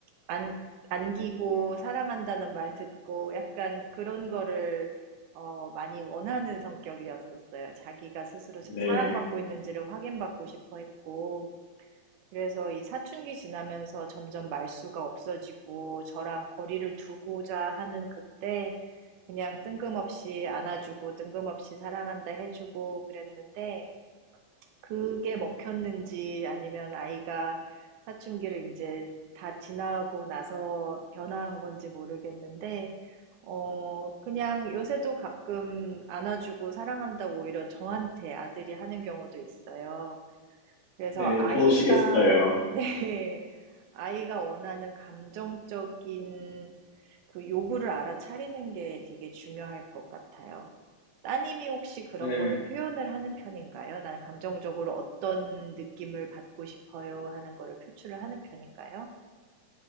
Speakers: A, on the right; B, on the left.
A: 안, 안기고 사랑한다는 말 듣고 약간 그런 거를 어, 많이 원하는 성격이었었어요. 자기가 스스로
B: 네,
A: 사랑받고 있는지를 확인받고 싶어 했고, 그래서 이 사춘기 지나면서 점점 말수가 없어지고 저랑 거리를 두고자 하는 그때 그냥 뜬금없이 안아주고 뜬금없이 사랑한다 해주고 그랬는데 그게 먹혔는지 아니면 아이가 사춘기를 이제 다 지나고 나서 변화한 건지 모르겠는데 어, 그냥 요새도 가끔 안아주고 사랑한다고 오히려 저한테 아들이 하는 경우도 있어요. 그래서
B: 네,
A: 아이가,
B: 좋으시겠어요.
A: <laughs> 네, 아이가 원하는 감정적인 그 요구를 알아차리는 게 되게 중요할 것 같아요. 따님이 혹시 그런
B: 네.
A: 거를 표현을 하는 편인가요? 나는 감정적으로 어떤 느낌을 받고 싶어요 하는 거를 표출을 하는 편인가요?